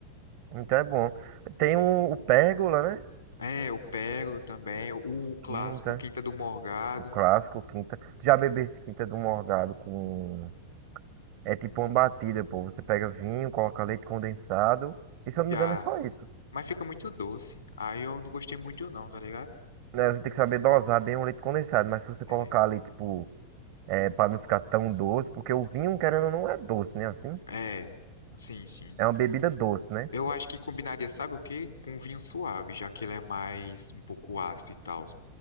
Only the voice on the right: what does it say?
Então é bom. Tem
um, o Pérgola, né?
Quinta.
O clássico, quinta. Tu Já bebesse quinta do morgado com. É tipo uma batida, pô. Você pega vinho, coloca leite condensado. E se eu não
me engano, é só isso.
Né? Você tem que saber dosar bem o leite condensado. Mas se você colocar
ali, tipo, é, pra não ficar tão doce, porque o vinho, querendo ou não, é doce, né? Assim.
É uma bebida doce, né?